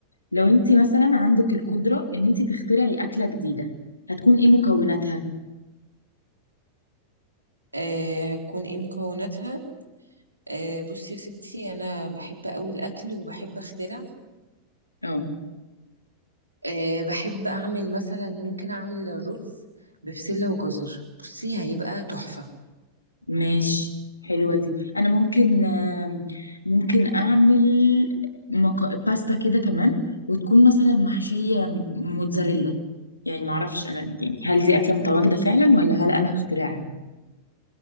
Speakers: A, on the left; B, on the right.
A: لو أنت مثلا عندك القدرة إن أنت تخترعي أكلة جديدة هتكون إيه مكوناتها؟
B: آه هتكون ايه مكوناتها آه بصي يا ستي انا بحب قوي الاكل وبحب اخترع
A: آه.
B: أه بحب أعمل مثلا ممكن أعمل رز ببسلة وجزر بصي هيبقى تحفة
A: ماشي حلوة دي أنا ممكن آم، ممكن أعمل مك... باستا كده كمان وتكون مثلا محشية موتزاريلا يعني معرفش أنا يعني هل دي أكلة متواجدة فعلا ولا هل أنا هخترعها